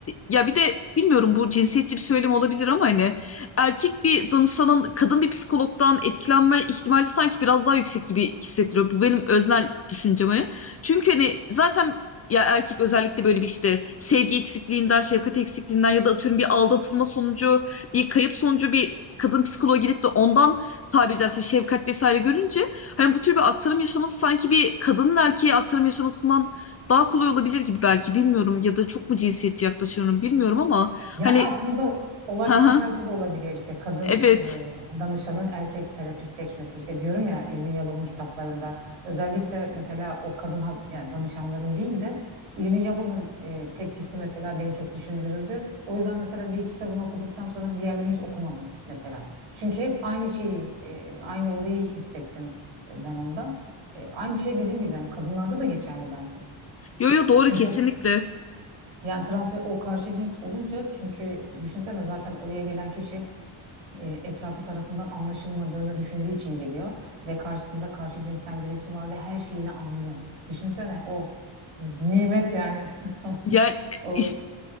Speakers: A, on the left (about 35°); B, on the right (about 90°).
A: ya bir de bilmiyorum bu cinsiyetçi bir söylem olabilir ama hani erkek bir danışanın kadın bir psikologdan etkilenme ihtimali sanki biraz daha yüksek gibi hissettiriyor. Bu benim öznel düşüncem hani. Çünkü hani zaten ya erkek özellikle böyle bir işte sevgi eksikliğinden, şefkat eksikliğinden ya da atıyorum bir aldatılma sonucu, bir kayıp sonucu bir kadın psikoloğa gidip de ondan tabiri caizse şefkat vesaire görünce hani bu tür bir aktarım yaşaması sanki bir kadının erkeğe aktarım yaşamasından daha kolay olabilir gibi belki bilmiyorum ya da çok mu cinsiyetçi yaklaşıyorum bilmiyorum ama
B: Yani
A: hani
B: aslında
A: <laughs>
B: olay
A: ha
B: tam tersi de olabiliyor işte kadın
A: evet.
B: e, danışanın erkek terapist seçmesi işte diyorum ya Irvin Yalom'un kitaplarında özellikle mesela o kadın ha- yani danışanların değil de Irvin Yalom'un e, tepkisi mesela beni çok düşündürürdü. O yüzden mesela bir iki kitabını okuduktan sonra diğerlerini hiç okumadım mesela. Çünkü hep aynı şeyi e, aynı olayı hissettim e, ben onda. E, aynı şey dediğim gibi yani kadınlarda da geçerli bence.
A: Yo yo
B: E,
A: doğru
B: çünkü
A: kesinlikle.
B: yani trans ve o karşı cins olunca çünkü düşünsene zaten oraya gelen kişi e, etrafı tarafından anlaşılmadığını düşündüğü için geliyor ve karşısında karşı cinsten birisi var ve her şeyini anlıyor. Düşünsene of nimet yani. <laughs>
A: Yani
B: O
A: işte